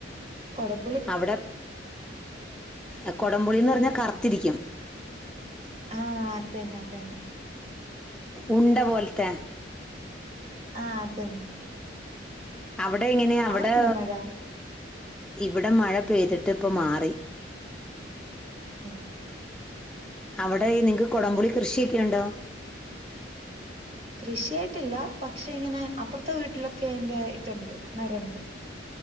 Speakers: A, on the right (about 35°); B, in the centre.
A: കൊടം
B: അവടെ അകൊടംപുളീന്ന് പറഞ്ഞാ കറത്തിരിക്കും
A: ആഹ് അതന്നെ അതന്നെ
B: ഉണ്ട പോൽത്തെ
A: ആഹ് അതന്നെ
B: അവടെ എങ്ങനെയാ അവടെ
A: അവിടെണ്ടോ മഴ?
B: ഇവടെ മഴ പെയ്ത്ട്ട് ഇപ്പംമാറി
A: ഏഹ്
B: അവടെ ഈനിങ്ങ്ക്ക് കൊടംപുളി കൃഷിയെ ക്കെ ഉണ്ടോ
A: കൃഷിയായിട്ടില്ല പക്ഷെ ഇങ്ങനെ അപ്പർത്തെ വീട്ടിലൊക്കെ എന്റെ ഇതുണ്ട് മരണ്ട്